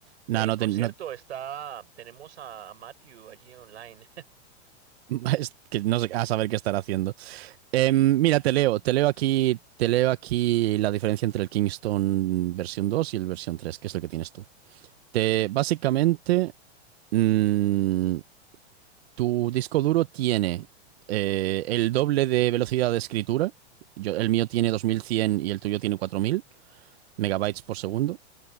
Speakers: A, on the right; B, on the right.
A: No,
B: Hey,
A: no,
B: por
A: te- no,
B: cierto, está, tenemos a, a Matthew allí online.
A: <laughs> es que no sé a saber qué estar haciendo. Em, mira, te leo, te leo aquí, te leo aquí la diferencia entre el Kingston versión 2 y el versión 3, que es el que tienes tú. Te, básicamente, mm, Tu disco duro tiene eh, el doble de velocidad de escritura. Yo- el mío tiene 2100 y el tuyo tiene 4000 megabytes
B: <laughs> Uf,
A: por segundo.